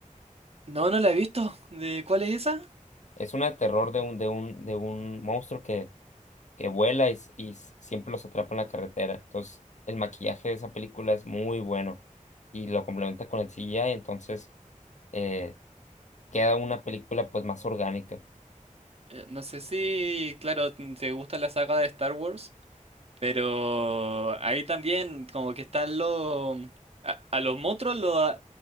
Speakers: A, on the right; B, on the left.
A: No, no la he visto. ¿De cuál es esa?
B: Es una de terror de un de un de un monstruo que que vuela y, s- y s- siempre los atrapa en la carretera. Entonces, el maquillaje de esa película es muy bueno y lo complementa con el CGI, entonces eh, queda una película pues más orgánica.
A: Eh, No sé si, claro, t- te gusta la saga de Star Wars, pero ahí también como que están los... mm, A, a los monstruos, lo, a-